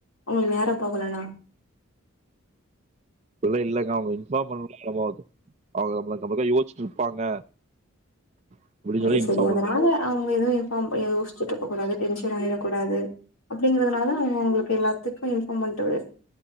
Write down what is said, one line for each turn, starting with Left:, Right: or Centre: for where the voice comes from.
Left: உங்க நேரோ போகலனா
Right: அப்லாஇலைங்க அவுங்க இன்ஃபார்ம் பண்ணணுமாவுது அவுங்க நம்ம நம்ளுக்கா யோசிச்சுட்டு இருப்பாங்க அப்டின்னு
Left: சரி
Right: சொல்லி
Left: சரி
Right: இன்ஃபார்ம்
Left: அதனால
Right: பண்ற
Left: அவுங் போ இதும் இன்ஃபார்ம் பண் யோசிச்சுட்டுக்இருக்க கூடாது டென்சன் ஆயிடக்கூடாது அப்டிங்கறதுனால அவுங்க அவுங்களுக்கு எல்லா இப்ப இன்ஃபார்ம் பண்ட்டவெ